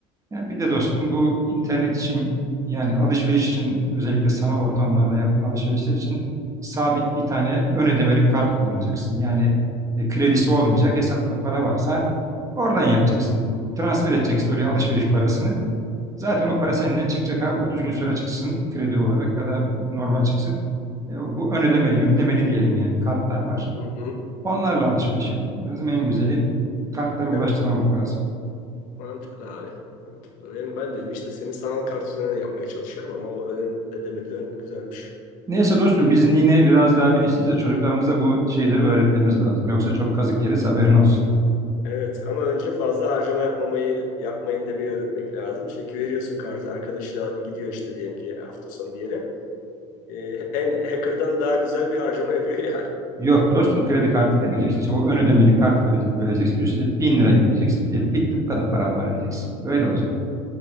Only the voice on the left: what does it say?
Hı hı.
Evet,
mantıklı abi. Mantıklı. Benim, ben dedim işte senin sanal kart üzerinden yapmaya çalışıyorum ama o ön ödemeli ön- güzelmiş.
Evet ama önce fazla harcama yapmamayı yapmayın demeyi öğretmek lazım. Çünkü veriyorsun kartı arkadaşıyla gidiyor işte diyelim ki hafta sonu bir yere. Ee, en hacker'dan daha güzel bir harcama yapıyor yani.
Evet,